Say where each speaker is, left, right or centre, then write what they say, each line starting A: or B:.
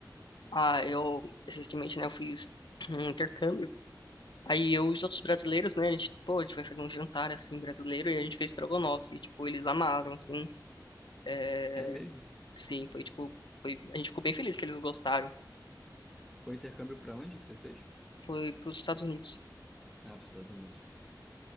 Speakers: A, on the left; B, in the centre.
A: Ah, eu, recentemente, né, eu fiz <clears throat> um intercâmbio. Aí eu e os outros brasileiros, né, a gente, pô, a gente foi fazer um jantar, assim, brasileiro, e a gente fez estrogonofe, e, tipo, eles amaram, assim, é,
B: É mesmo?
A: sim, foi, tipo, foi, a gente ficou bem feliz que eles gostaram.
B: Foi um intercâmbio pra onde que você fez?
A: Foi pros Estados Unidos.
B: Ah, pros Estados Unidos.